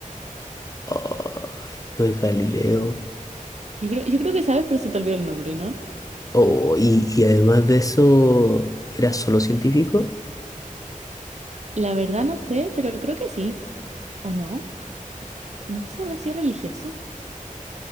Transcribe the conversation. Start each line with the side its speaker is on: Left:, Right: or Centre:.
Left: Ay, lo de Galileo.
Right: Yo creo, yo creo que sabes, pero se te olvidó el nombre, ¿no?
Left: Oh, y, y además de eso, ¿era solo científico?
Right: La verdad no sé, pero creo que sí. ¿O no?
Left: Mira,
Right: No sé si habrá sido religioso.